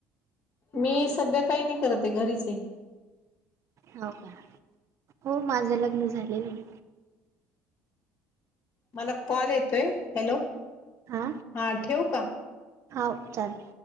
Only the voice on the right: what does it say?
हो का, हो माझं लग्न झालेलं.
हा
हा हो चालेल.